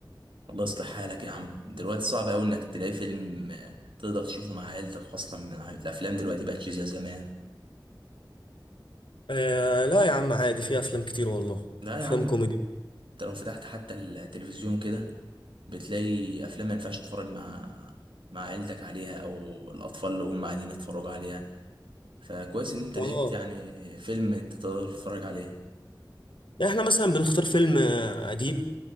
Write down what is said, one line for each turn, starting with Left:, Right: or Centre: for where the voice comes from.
Right: الله يصلح حالك يا عم دلوقتي صعب قوي انك تلاقي فيلم آه، تقدر تشوفه مع عيلتك اصلا من ع- الافلام دلوقتي بقت مش زي زمان
Left: آه لا يا عم عادي في افلام كتير والله
Right: لا
Left: افلام
Right: يا عم انت
Left: كوميدي
Right: لو فتحت حتى التلفزيون كده بتلاقي افلام ما ينفعش تتفرج مع مع عيلتك عليها او الاطفال اللي هم قاعدين يتفرجوا عليها فكويس ان انت
Left: اه
Right: لقيت يعني فيلم تقدر تتفرج عليه
Left: يعني احنا مثلا بنختار فيلم آه، قديم